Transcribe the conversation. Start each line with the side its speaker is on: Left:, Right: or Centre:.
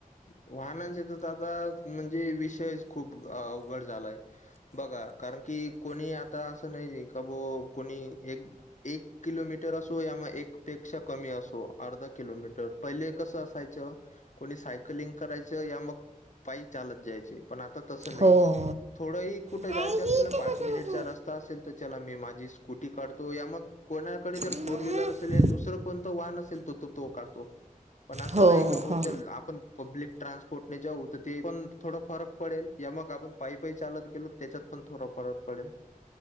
Left: वाहनांचे तर आता म्हणजे वि विषय खूप अवघड झालाय बघा कारण की कोणी आता असं नाही ज का बॉ कोणी एक एक किलोमीटर असू या म एक. पेक्षा कमी असो अर्धा किलोमीटर पहिले कस असायच कोणी लिंक करायच या मग पाय चालत जायचे पण आता तस नाही.
Right: हो
Left: थोडंही कुठं
Right: आई
Left: जायचं
Right: ही
Left: असेल
Right: इथे
Left: ना पाच
Right: कसं
Left: मिनिटचा रस्ता असेल तर चला मी माझी स्कूटी काढतो या मग कोणाकडे जर
Right: बसू
Left: फोर व्हीलर असेल या दुसरं कोणतं वाहन असेल तो त तो काढतो. पण असं
Right: हो,
Left: नाही का भो
Right: हो.
Left: चल आपण पब्लिक ट्रान्सपोर्टने जाऊ तर ते पण थोडा फरक पडेल या मग आपण पाय पाई चालत गेलो. त्याच्यात पण थोडा फरक पडेल.